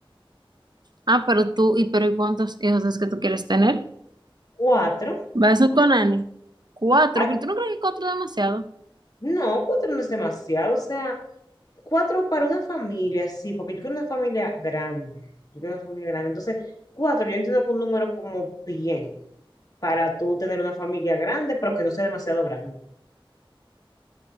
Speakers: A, on the right; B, on the left.
A: Ah, pero tú, ¿y pero ¿y cuántos hijos es que tú quieres tener?
B: Cuatro,
A: ¿Vas con Ani? Cuatro,
B: ay,
A: pero tú no crees que cuatro es demasiado.
B: no, cuatro no es demasiado, o sea, cuatro para una familia, sí, porque yo quiero una familia grande, yo quiero una familia grande. Entonces, cuatro, yo entiendo que un número como bien, para tú tener una familia grande, pero que no sea demasiado grande.